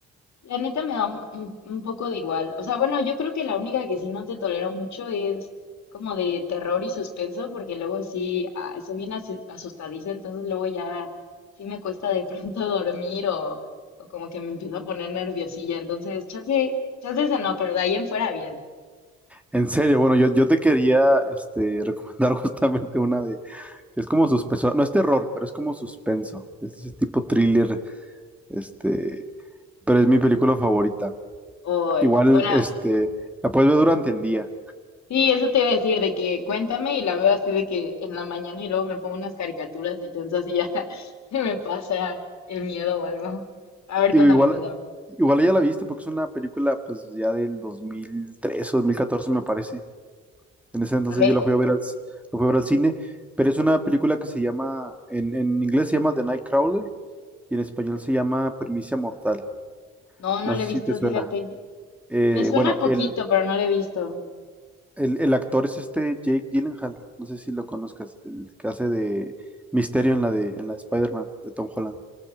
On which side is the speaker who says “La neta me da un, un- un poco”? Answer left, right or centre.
Left